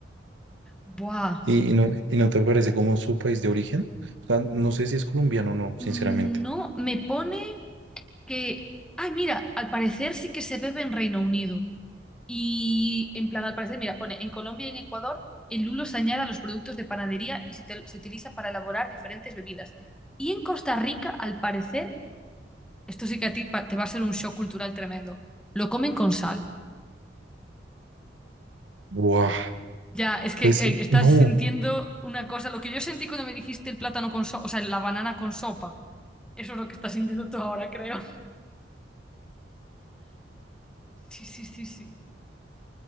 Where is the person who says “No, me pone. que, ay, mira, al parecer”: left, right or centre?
Centre